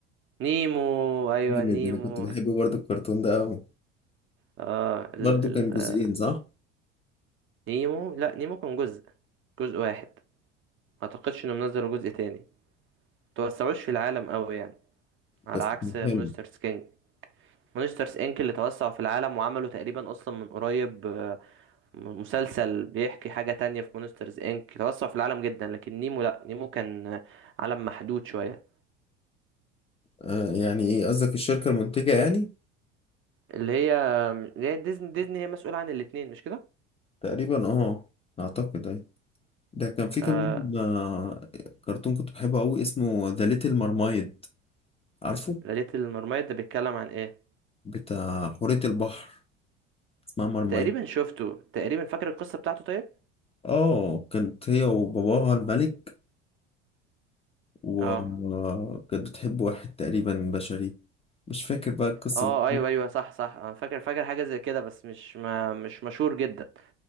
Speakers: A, on the right; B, on the left.
A: نيمو ايوه
B: جامد
A: نيمو
B: انا كنت بحب برضه الكرتون ده قوي
A: اه ال
B: برضه
A: ال
B: كان جزئين
A: آه،
B: صح
A: نيمو لا نيمو كان جزء جزء واحد ما اعتقدش انهم نزلوا جزء تاني توسعوش في العالم قوي يعني على
B: بس
A: عكس
B: كان
A: مونسترز
B: حلو
A: كينج مونسترز انك اللي توسعوا في العالم وعملوا تقريبا اصلا من قريب آه، م- مسلسل بيحكي حاجة تانية في مونسترز انك توسعوا في العالم جدا لكن نيمو لا نيمو كان آه، عالم محدود شوية
B: آه يعني ايه قصدك الشركة المنتجة يعني
A: اللي هي آه، اللي هي ديزني ديزني هي مسؤولة عن الاتنين مش كده؟
B: تقريبا اه اعتقد اي ده كان في
A: آه
B: كمان آه، كرتون كنت بحبه قوي اسمه ذا ليتل مرمايد عارفه
A: ليلة المرميد ده بيتكلم عن ايه؟
B: بتاع حورية البحر اسمها مرمايد
A: تقريبا شفته تقريبا فاكر القصة بتاعته طيب؟
B: اه كانت هي وباباها الملك وكانت
A: اه
B: بتحب واحد تقريبا بشري مش فاكر بقى القصة
A: اه ايوه
B: بالظبط.
A: ايوه صح صح انا فاكر فاكر حاجه زي كده بس مش ما مش مشهور جدا